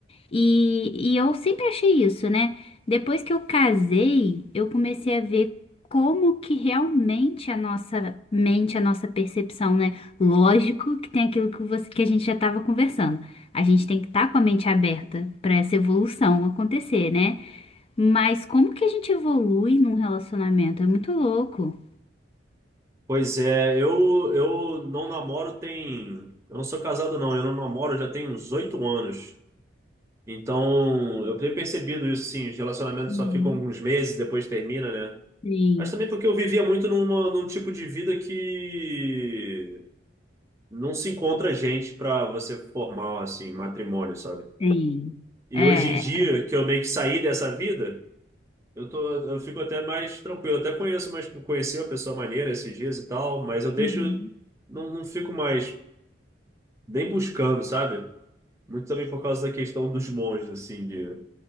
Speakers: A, on the left (about 30°); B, on the right (about 15°).
A: E, e eu sempre achei isso, né? Depois que eu casei, eu comecei a ver como que realmente a nossa mente, a nossa percepção, né? Lógico que tem aquilo que você, que a gente já estava conversando. A gente tem que estar com a mente aberta para essa evolução acontecer, né? Mas como que a gente evolui num relacionamento? É muito louco.
B: Pois é, eu, eu não namoro tem. Eu não sou casado, não. Eu não namoro já tem uns oito anos. Então, eu tenho percebido isso, sim. Os relacionamentos
A: Uhum.
B: só ficam uns meses, depois termina, né?
A: Sim,
B: Mas também porque eu vivia muito numa, num tipo de vida que não se encontra gente pra você formar, assim, matrimônio, sabe?
A: sim.
B: E
A: É,
B: hoje em dia,
A: é-
B: que eu meio que saí dessa vida, eu tô, eu fico até mais tranquilo. Até conheço, mas conheci uma pessoa maneira esses dias e tal, mas eu deixo.
A: Uhum.
B: Não, não fico mais. bem buscando, sabe? Muito também por causa da questão dos monges, assim, de,